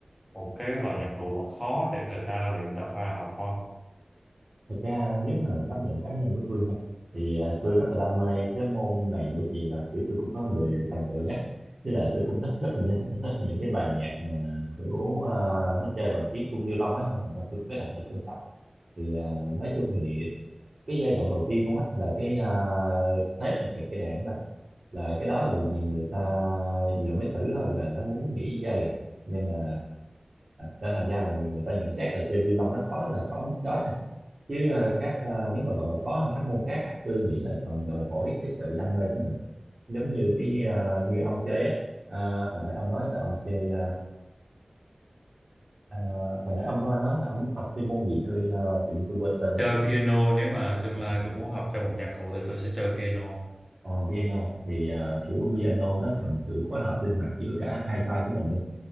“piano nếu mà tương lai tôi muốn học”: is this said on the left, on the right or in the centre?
Left